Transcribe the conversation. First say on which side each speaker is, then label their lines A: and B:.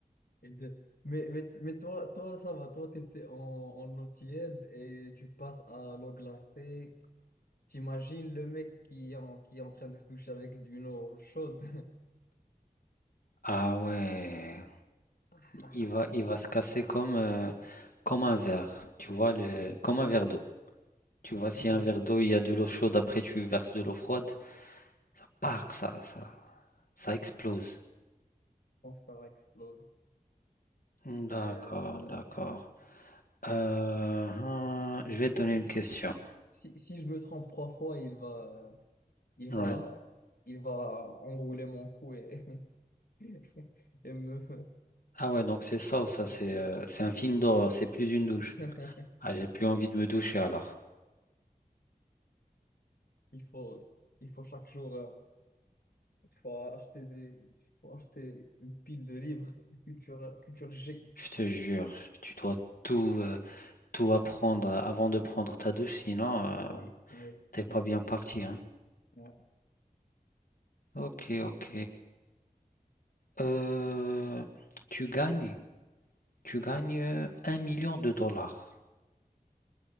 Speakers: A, on the left; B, on the left.
A: Et de- Mais, mais, mais toi, toi, ça va, toi, tu étais en, en eau tiède et tu passes à l'eau glacée. T'imagines le mec qui est, en, qui est en train de se toucher avec une eau chaude.
B: Ah ouais,
A: <laughs>
B: il va il va se casser comme euh, comme un verre. Tu vois le comme un verre d'eau. Tu vois si
A: Là, ça,
B: un verre d'eau,
A: je
B: il y a de l'eau chaude, après tu verses de l'eau froide, ça part, ça ça ça explose.
A: pense que ça va exploser.
B: D'accord,
A: Euh,
B: d'accord. Euh, hein, je vais
A: et
B: te
A: si,
B: donner une question.
A: si, si, si je me trompe trois fois, il va, il
B: Ouais.
A: va, il va enrouler mon cou et, <laughs> et me
B: Ah ouais, donc c'est ça ou ça,
A: m'oxyre.
B: c'est euh, c'est un film d'horreur, c'est plus une douche.
A: <laughs>
B: Ah, j'ai plus envie de me doucher alors.
A: Il faut, il faut chaque jour. euh, faut acheter des, faut acheter une pile de livres de culture, culture G.
B: Je te jure, tu dois tout, euh, tout apprendre avant de prendre ta douche, sinon
A: Ah
B: euh,
A: oui, oui,
B: t'es pas
A: oui,
B: bien parti, hein.
A: ouais. Je
B: Ok, ok. Euh, tu gagnes, tu gagnes euh, un million de dollars,